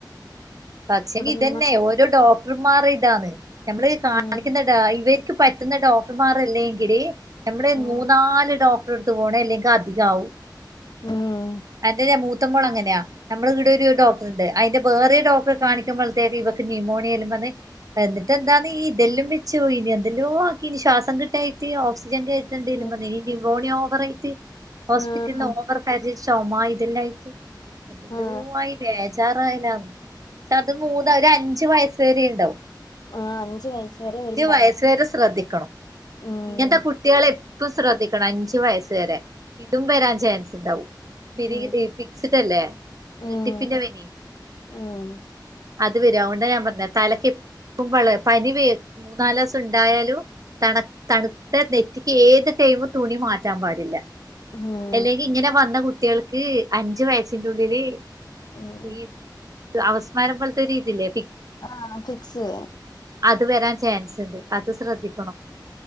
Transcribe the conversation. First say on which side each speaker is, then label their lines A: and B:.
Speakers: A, on the right (about 50°); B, on the left (about 65°).
A: പക്ഷെ ങ്കി ഇതന്നെ
B: നിന്ന്
A: ഓരോ ഡോക്.. ഡോക്ടർമാർ ഇതാണ് നമ്മള് കാണിക്കുന്ന
B: ഉം
A: ഇവർക്ക് പറ്റുന്ന ഡോക്ടർമാർല്ലെങ്കില്. നമ്മള്
B: ഉം
A: മൂന്നാല് ഡോക്ടർടുത്ത് പോണെ അല്ലെങ്കിൽ അധികാവും.
B: മം
A: അന്റെ മൂത്തമോള ങ്ങനെയാ നമ്മള് ഇവിടെ ഒരു ഡോക്ടർുണ്ട്.. അതിന്റെ വേറെ ഡോക്ടറെ കാണിക്കുമ്പോഴത്തേക്ക് ഇവക്ക് ന്യമോണിയാലും പറെ എന്നിട്ട് എന്താണ് ഇതെല്ലാം വെച്ചു ഇനി എന്തെലോ ആക്കി ഇനി ശ്വാസം കിട്ടായ്.. തി ഓക്സിജൻത്
B: ആഹ്
A: ണ്ടേലും നിമോണിയ ഓവർ ആയിട്ട് ഹോസ്പിറ്റലി
B: ആഹ്
A: ഓവർഫർ.. ചുമ ഇതെല്ലായിട്ട് എല്ലൂ
B: ആഹ്
A: ആയി ബേജാറയാല്ലെന്ന്.. പക്ഷ അത് മൂന്നാ ഒരഅഞ്ചു വയസ് വരെയ ഉണ്ടാവും.
B: ആഹ് അഞ്ച് വയസ് വരെ
A: അഞ്ചു
B: വരും പറഞ്ഞു
A: വയസ വരെ ശ്രദ്ധിക്കണം
B: ഉം
A: ഇങ്ങനത്തെ കുട്ട.. കുട്ടികളെ എപ്പം ശ്രദ്ധിക്കണം അഞ്ചു വയസ് വരെ ഇതും വരാൻ ചാൻസ് ഉണ്ടാവും. പിരി
B: ഉം
A: പിക്സിടല്ലേ ഞ്ഞെട്ടിപ്പിന്റെപ
B: ഉം
A: നി.
B: ഉം
A: അത് വര അുകൊണ്ട ഞാൻ പറഞ്ഞ തലക്ക് ഇപ്പം വള പനി വേ മൂന്നാല് ദിവസം ഉണ്ടായാലും.. തണു തണുത്ത നെറ്റിക്ക് ഏത് ടൈവും തുണി മാറ്റാൻ പാടില്ല.
B: ഹും
A: അല്ലെങ്കി ഇങ്ങനെ വന്ന കുട്ടികൾക്ക് അഞ്ചു വയസിന്റെ ഉള്ളില്
B: ഉം
A: ഈ.. അവസ്മാരം പോലത്തെ രീതില്ലേ..
B: ആഹ ഫിക്സ്.
A: അത് വരാൻ ചാൻസ് ഉണ്ട് അത് ശ്രദ്ധിക്കണം